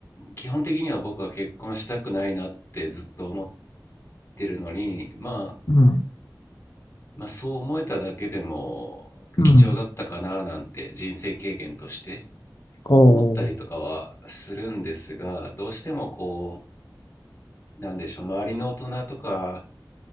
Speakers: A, on the left; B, on the left.
A: 基本的には僕は結婚したくないなってずっと思ってるのに、まあ、
B: うん、
A: まあそう思えただけでも貴重だったかななんて人生経験として
B: うん。おー
A: 思ったりとかはするんですが、どうしてもこう、なんでしょう、周りの大人とか